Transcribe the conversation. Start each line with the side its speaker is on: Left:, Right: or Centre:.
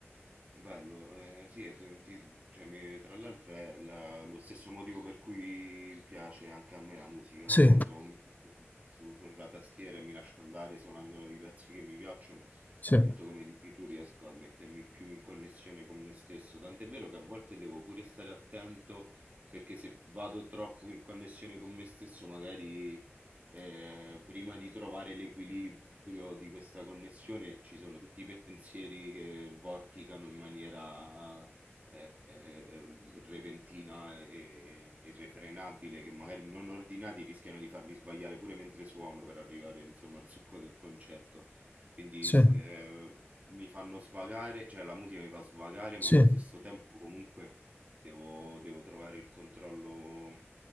Right: bello, ehm, sì, e pe ti cioè mi tra l'altro è la lo stesso motivo per cui piace anche a me la musica,
Left: Sì,
Right: quando mi metto su su sulla tastiera e mi lascio andare suonando i pezzi che mi piacciono,
Left: sì,
Right: appunto come dici tu riesco a mettermi più in connessione con me stesso, tant'è vero che a volte devo pure stare attento perché se vado troppo in connessione con me stesso magari eh, prima di trovare l'equilibrio di questa connessione ci sono tutti i pensieri che vorticano in maniera eh, eh, repentina e irrefrenabile, che magari non ordinati rischiano di farmi sbagliare pure mentre suono per arrivare insomma al succo del concetto. Quindi
Left: sì,
Right: s- eh, mi fanno svagare, cioè la musica mi fa svagare,
Left: sì.
Right: ma allo stesso tempo comunque devo, devo trovare il controllo